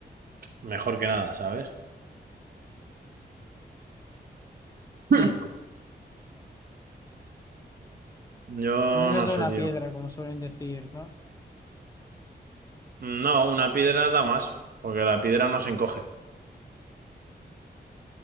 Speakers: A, on the right; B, on the left.
A: mejor que nada, ¿sabes?
B: Sí.
A: <laughs> Yo
B: Menos
A: no
B: de
A: sé,
B: una
A: tío.
B: piedra, como suelen decir, ¿no?
A: No, una piedra da más, porque la piedra no se encoge.